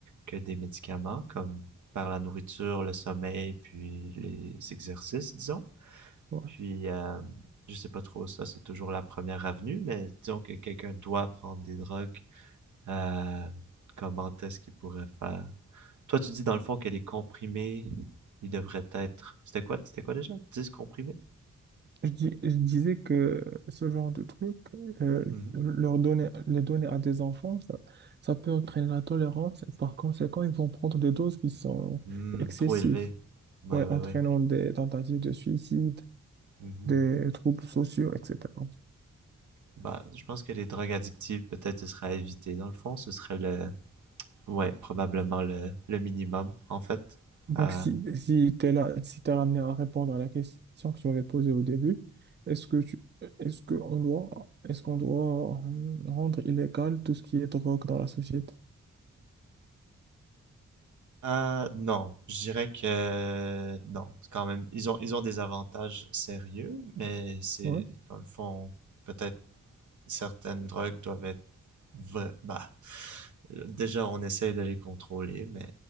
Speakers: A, on the right; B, on the right.
A: que des médicaments, comme par la nourriture, le sommeil, puis les exercices, disons.
B: Ouais.
A: Puis, euh, je sais pas trop, ça, c'est toujours la première avenue, mais disons que quelqu'un doit prendre des drogues, euh, comment est-ce qu'il pourrait faire? Toi, tu dis dans le fond que les comprimés, ils devraient être. C'était quoi, c'était quoi déjà? dix comprimés?
B: Je, dis- je disais que ce genre de truc, euh,
A: Mhm.
B: leur donner, les donner à des enfants, ça, ça peut entraîner la tolérance et par conséquent, ils vont prendre des doses qui sont
A: Hmm,
B: excessives,
A: trop élevé. Ouais,
B: ouais,
A: ouais,
B: entraînant
A: ouais.
B: des tentatives de suicide,
A: Mhm.
B: des troubles sociaux, etc.
A: Bah, je pense que les drogues addictives, peut-être, ce serait à éviter. Dans le fond, ce serait le. Ouais, probablement le, le minimum, en fait.
B: Donc,
A: Euh,
B: si, si t'es là, si t'es ramené à répondre à la question que tu m'avais posée au début, est-ce que tu, est-ce que on doit, est-ce qu'on doit euh, rendre illégal tout ce qui est drogue dans la société?
A: euh, non, je dirais que non. Quand même, ils ont, ils ont des avantages sérieux, mais c'est,
B: Ouais.
A: dans le fond, peut-être certaines drogues doivent être. vra- Bah, déjà, on essaye de les contrôler, mais